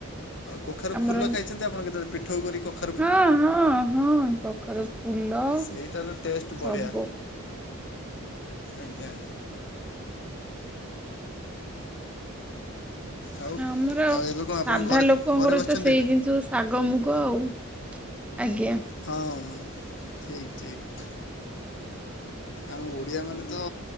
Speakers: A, on the left (about 55°); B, in the centre.
A: କଖାରୁ
B: ଆମର
A: ଫୁଲ ଖାଇଛନ୍ତି ଆପଣ କେତେବେଳେ ପିଠଉ କରି କଖା
B: ହଁ ହଁ ହଁ କଖାରୁ ଫୁଲ
A: ସେଇଟାର ଟେଷ୍ଟ ବଢ଼ିଆ
B: ସବୁ।
A: ଆଜ୍ଞା। ଆଉ
B: ଆମର
A: ଆଉ ଏବେ କଣ
B: ସାଧା
A: ଆପଣ ଘରେ
B: ଲୋକଙ୍କର
A: ଘରେ ବସିଛନ୍ତି
B: ତ ସେଇ
A: ଏବେ
B: ଜିନିଷ ଶାଗ ମୁଗ ଆଉ ଆଜ୍ଞା।
A: ହଁ ଠିକ୍ ଠିକ୍ ଆମ ଓଡିଆ ମାନେ ତ